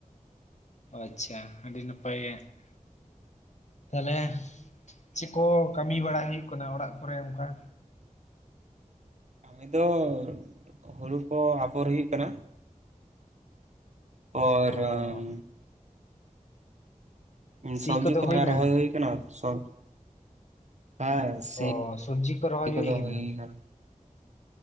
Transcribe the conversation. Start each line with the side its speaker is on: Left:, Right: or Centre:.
Left: ᱟᱪᱪᱷᱟ ᱟᱹᱰᱤ ᱱᱟᱯᱟᱭ ᱜᱮ ᱛᱟᱦᱚᱞᱮ ᱪᱮᱫ ᱠᱚ ᱠᱟᱹᱢᱤ ᱵᱟᱲᱟ ᱦᱩᱭᱩᱜ ᱠᱟᱱᱟ ᱚᱲᱟᱜ ᱠᱚᱨᱮ ᱚᱱᱠᱟ
Right: ᱠᱟᱹᱢᱤ ᱫᱚ ᱦᱩᱲᱩ ᱠᱚ ᱟᱯᱦᱚᱨ ᱦᱩᱭᱩᱜ ᱠᱟᱱᱟ ᱚᱨᱚᱝ
Left: ᱚ ᱥᱤ
Right: ᱥᱚᱵᱡᱤ
Left: ᱠᱚᱫᱚ
Right: ᱠᱚ
Left: ᱦᱩᱭᱱᱟ
Right: ᱦᱟᱞᱠᱟ ᱨᱚᱦᱚᱭ ᱦᱩᱭ ᱠᱟᱱᱟ ᱥᱚᱵ ᱦᱮᱸ ᱥᱤ
Left: ᱚ ᱥᱚᱵᱽᱡᱤ ᱠᱚ ᱨᱚᱦᱚᱭ
Right: ᱠᱚᱫᱚ
Left: ᱦᱩᱭ ᱠᱟᱱᱟ
Right: ᱦᱩᱭᱱᱟ